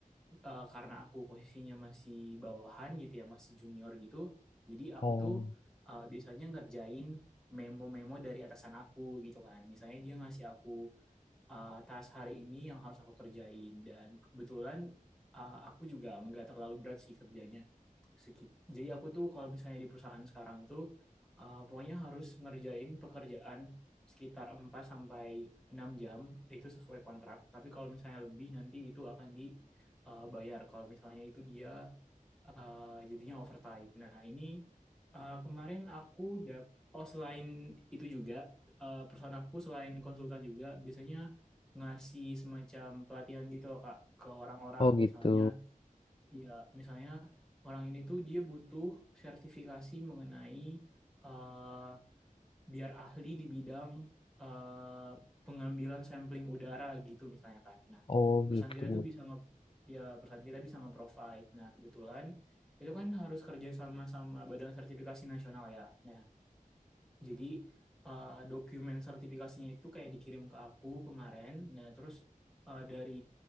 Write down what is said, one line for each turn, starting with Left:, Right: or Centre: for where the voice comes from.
Centre: eh, karena aku posisinya masih bawahan gitu ya, masih junior gitu. Jadi aku
Left: Oh,
Centre: tuh eh, biasanya ngerjain memo-memo dari atasan aku gitu kan. Misalnya dia ngasih aku eh, task hari ini yang harus aku kerjain dan kebetulan eh, aku juga nggak terlalu berat sih kerjanya Seki- Jadi aku tuh kalau misalnya di perusahaan sekarang itu eh, pokoknya harus ngerjain pekerjaan sekitar 4 sampai 6 jam itu sesuai kontrak. Tapi kalau misalnya lebih nanti itu akan dibayar kalau misalnya itu dia eh, jadinya overtime. Nah, ini eh, kemarin aku dap oh selain itu juga eh, perusahaan aku selain konsultan juga biasanya ngasih semacam pelatihan gitu loh Kak ke orang-orang
Left: oh
Centre: misalnya
Left: gitu.
Centre: ya misalnya orang ini tuh dia butuh sertifikasi mengenai eh, biar ahli di bidang eh, pengambilan sampling udara gitu misalnya kan. Nah,
Left: Oh
Centre: perusahaan
Left: gitu.
Centre: kita tuh bisa nge ya perusahaan kita bisa nge-provide. Nah, kebetulan itu kan harus kerja sama sama Badan Sertifikasi Nasional ya. Nah, jadi eh, dokumen sertifikasinya itu kayak dikirim ke aku kemarin. Nah, terus eh, dari